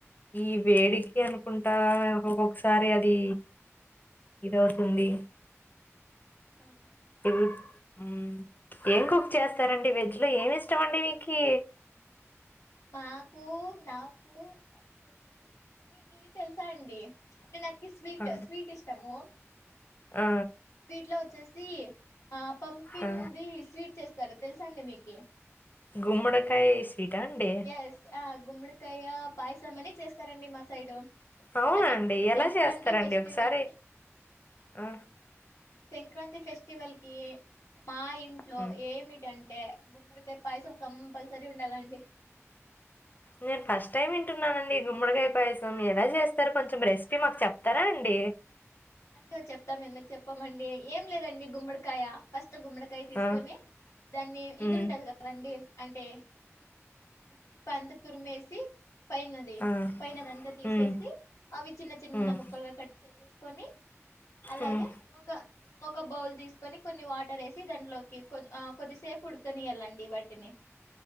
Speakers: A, on the left; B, on the left.
A: ఈ వేడికి అనుకుంటా ఒక్కొక్కసారి అది ఇదవుతుంది.
B: అవునా
A: ఇది హ్మ్ ఏం కుక్ చేస్తారండి వెజ్ లో ఏమి ఇష్టమండి మీకి
B: మాకు నాకు యాక్చువలీ మీకు ఇది తెలుసా అండి అంటే నా స్వీట్
A: ఆ!
B: స్వీట్ ఇష్టము
A: ఆ!
B: స్వీట్లో వచ్చేసి ఆ పంప్కిన్ది
A: ఆ!
B: స్వీట్స్ చేస్తారా తెలుసా అండి మీకి
A: గుమ్మడికాయ స్వీటా అండి?
B: ఎస్ ఆ గుమ్మడికాయ పాయస్ ఇష్టమని చేస్తారండి మా సైడు
A: అవునా
B: అది
A: అండి? ఎలా
B: సెంక్రాంతి
A: చేస్తారండి
B: ఫెస్టివల్
A: ఒకసారి?
B: కి
A: ఆ!
B: సెంక్రాంతి ఫెస్టివ సి వల్కి మా ఇంట్లో
A: హ్మ్.
B: ఏమిటం టే గుమ్మడికాయ పాయసం కంపల్సరీ ఉండాలండి
A: నేను ఫస్ట్ టైమ్ వింటున్నానండి గుమ్మడికాయ పాయసం ఎలా చేస్తారు కొంచెం రెసిపీ మాకు చెప్తారా అండి
B: అయ్యో చెప్తాం ఎందుకు చెప్పమండి ఏం లేదండి గుమ్మడికాయ ఫస్ త్త గుమ్మడికాయ తీసుకొని
A: ఆ!
B: దాన్ని
A: హ్మ్.
B: ఇది ఉంటది కదండి అంటే చిప్ప అంతా తురిమేసి పైనది
A: ఆ
B: పైనది అంతా తీసేసి
A: ఉమ్
B: అవి చిన్న చిన్న
A: ఉమ్
B: ముక్కలుగా కట్ చేసేసి కొని అలాగే
A: ఉమ్
B: ఒక ఇంగొక బౌల్ తీసుకొని కొన్ని వాటర్ ఏసి దాంట్లోకి కొద్ కొద్దిసేపు ఉడకనియ్యల్లండి వాటిని